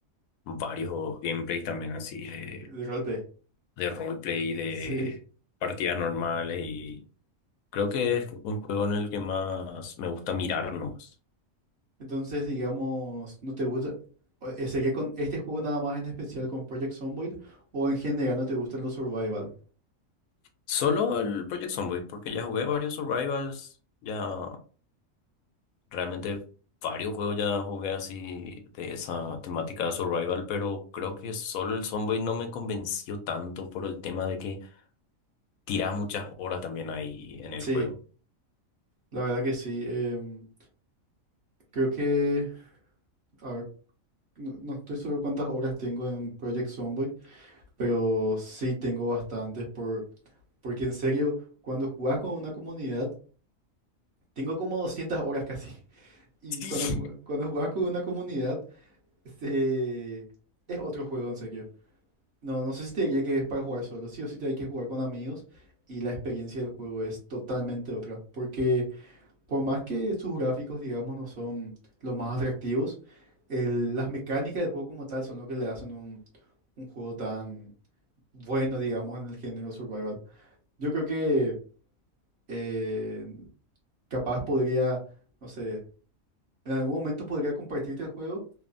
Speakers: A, on the left; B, on the right.
A: varios gameplays también así de,
B: de de roleplay.
A: de roleplay, de
B: Sí.
A: partidas normales y creo que es un juego en el que más me gusta mirar nomás.
B: Entonces, digamos, ¿no te gusta? o- eh, ¿Sería con este juego nada más en especial con Project Zomboid o en general no te gustan los survival?
A: Solo el Project Zomboid, porque ya jugué varios Survivals, ya realmente varios juegos ya jugué así de esa temática de Survival, pero creo que solo el Zomboid no me convenció tanto por el tema de que Tirás muchas horas también ahí en el
B: Sí,
A: juego.
B: la verdad que sí. em, creo que... a ver, No, no estoy seguro cuántas horas tengo en Project Zomboid, pero sí tengo bastantes por, porque en serio, cuando jugás con una comunidad, tengo como 200 horas casi. <laughs> Y
A: Sí.
B: cuando, ju- cuando jugás con una comunidad, se- es otro juego en serio. No, no sé si te diría que es para jugar solo, sí o sí te hay que jugar con amigos y la experiencia del juego es totalmente otra. Porque Por más que sus gráficos, digamos, no son los más atractivos, el- las mecánicas del juego como tal son lo que le hacen un, un juego tan bueno, digamos, en el género survival. Yo creo que eh, capaz podría, no sé, en algún momento podría compartirte el juego